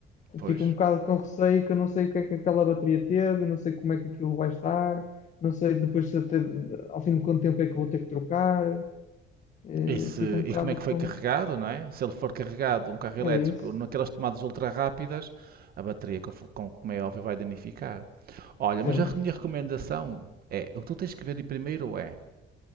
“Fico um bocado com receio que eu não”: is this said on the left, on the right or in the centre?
Left